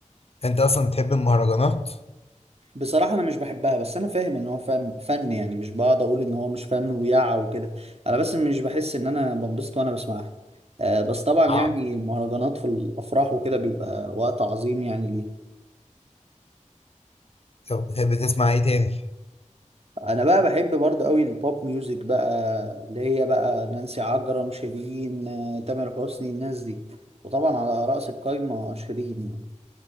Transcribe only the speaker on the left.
انت اصلا بتحب المهرجانات
اه
طب بتحب تسمع ايه تاني